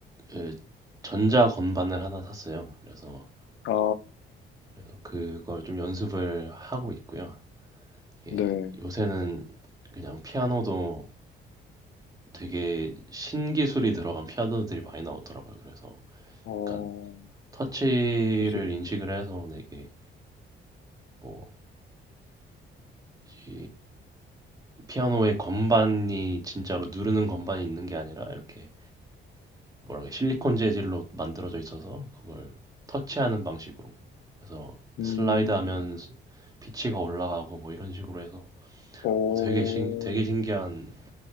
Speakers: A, on the right (about 20°); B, on the left (about 75°).
A: 그 전자 건반을 하나 샀어요. 그래서,
B: 아,
A: 그래서 그걸 좀 연습을 하고 있고요. 이게
B: 네.
A: 요새는 그냥 피아노도 되게 신기술이 들어간 피아노들이 많이 나오더라고요. 그래서
B: 어,
A: 약간 터치를
B: 기술은,
A: 인식을 해서 되게 뭐, 이 피아노의 건반이 진짜로 누르는 건반이 있는 게 아니라 이렇게 뭐라고 해야, 실리콘 재질로 만들어져 있어서 그걸 터치하는 방식으로 그래서
B: 음,
A: 슬라이드 하면 피치가 올라가고 뭐 이런 식으로 해서
B: 어,
A: 어, 되게 신, 되게 신기한